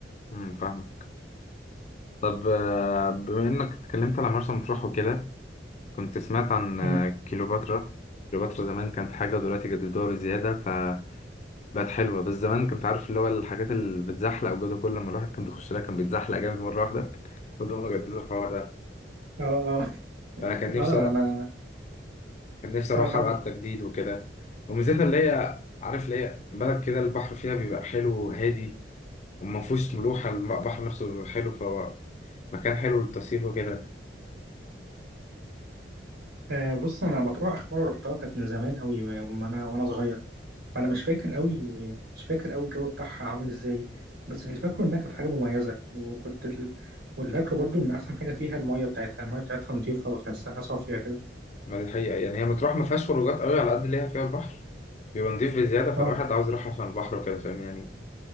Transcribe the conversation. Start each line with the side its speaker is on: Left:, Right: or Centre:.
Left: مم، فاهمك طب آه، بما انك اتكلمت على مرسى مطروح وكده كنت سمعت عن
Right: مم.
Left: كيلوباترا كيلوباترا زمان كانت حاجة ودلوقتي جددوها بزيادة فبقت حلوة بس زمان كنت عارف اللي هو الحاجات اللي بتزحلق وجوده كل لما الواحد كان بيخش لها كان بيتزحلق جامد مرة واحدة فاللي هم جددوا الحوار ده
Right: اه اه <laughs>
Left: فأنا كان نفسي
Right: اه
Left: أروح
Right: انا
Left: كان نفسي أروح
Right: اه كمل
Left: ألعب تجديد وكده وميزتها اللي هي عارف اللي هي بلد كده البحر فيها بيبقى حلو وهادي وما فيهوش ملوحة البحر نفسه بيبقى حلو فهو مكان حلو للتصيف وكده
Right: آه، بص انا مطروح اخر مره رحتها كانت من زمان قوي ما ما انا وانا صغير فانا مش فاكر قوي مش فاكر قوي الجو بتاعها عامل ازاي بس اللي فاكره انها كانت حاجه مميزه وكنت ال- واللي فاكره برضو ان احسن حاجه فيها الميه بتاعتها الميه بتاعتها نظيفه وتحسها صافيه كده
Left: ما دي حقيقة يعني هي مطروح ما فيهاش خروجات قوي على قد اللي هي فيها البحر بيبقى نضيف بزيادة فالواحد
Right: اه
Left: عاوز يروح عشان البحر وكده فاهم يعني